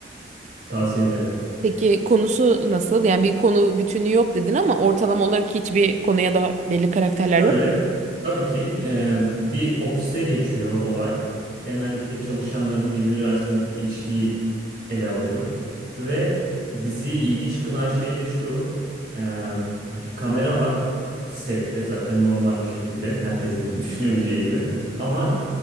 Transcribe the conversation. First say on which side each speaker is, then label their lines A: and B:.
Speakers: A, on the right; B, on the right.
A: tavsiye ederim.
B: Peki konusu nasıl? Yani bir konu bütünü yok dedin ama ortalama olarak hiçbir konuya da belli karakterler
A: Şöyle
B: yok.
A: tabii ki e, bir ofiste geçiyor olay. Genellikle çalışanların birbiri arasındaki ilişkiyi ele alıyor. Ve diziyi ilginç kılan şey de şu. e, bir kamera var sette zaten normal bir şekilde herkesin <laughs> düşünebileceği gibi. Ama